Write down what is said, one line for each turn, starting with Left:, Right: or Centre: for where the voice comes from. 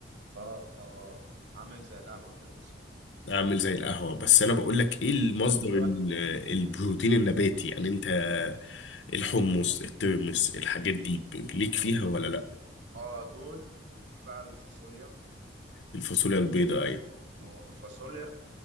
Right: اه اه آه. عامل زي القهوة كده بالظبط
Left: اعمل زي القهوة بس انا بقول لك ايه المصدر
Right: بس هو
Left: ال- البروتين النباتي يعني انت الحمص الترمس الحاجات
Right: في
Left: دي ب- ليك فيها
Right: اه
Left: ولا لا
Right: آه، دول وفي بقى الفاصوليا
Left: الفاصوليا البيضاء ايوه
Right: هو فاصوليا